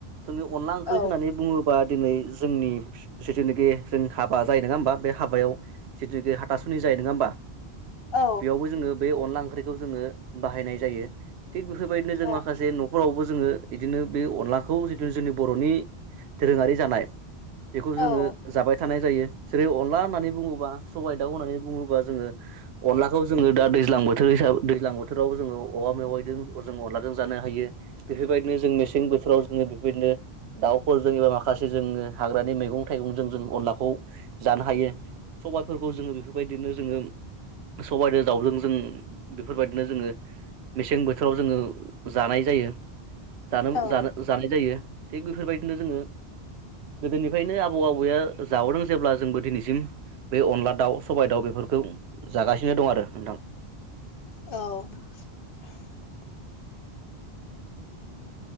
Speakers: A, on the right; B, on the left.
A: जोंनि अनला ओंख्रि
B: औ
A: होननानै बुङो। बा दिनै जोंनि जिथुनाखि जों हाबा जायो नङा होमबा बे हाबायाव जिथुनाखि हाथासुनि जायो नङा होमबा?
B: औ
A: बेयावबो जोङो बे अनला ओंख्रिखौ जोङो बाहायनाय जायो। थिग बेफोरबायदिनो जों
B: औ
A: माखासे न' फोरावबो जोङो बिदिनो बे अनलाखौ जिथु जोंनि बर'नि दोरोङारि जानाय बेखौ
B: औ
A: जोङो जाबाय थानाय जायो। जेरै अनला होननानै बुङोबा सबाइ दाउ होननानै बुङोबा जोङो अनलाखौ जोङो दा दैज्लां बोथोर हिसाबै दैज्लां बोथोराव जोङो औवा मेवाइजों जों अनलाजों जानो हायो। बेफोरबायदिनो जों मेसें बोथोराव जोङो बेफोरबायदिनो दाउफोरजों एबा माखासे जोङ हाग्रानि मैगं थाइगंजों जों अनलाखौ जानो हायो। सबाइफोरखौ जोङो बेफोरबायदिनो जोङो सबजों दाउजों जों बेफोरबायदिनो जोङो मेसें बोथोराव जोङो जानाय जायो। जादों
B: औ
A: जानो जानाय जायो। थिग बेफोरबायदिनो जोङो गोदोनिफ्रायनो आबौ आबौआ जाबोदों जेब्ला जोंबो दिनैसिम बे अनला दाउ सबाय दाउ बेफोरखौ जागासिनो दं आरो नोंथां
B: औ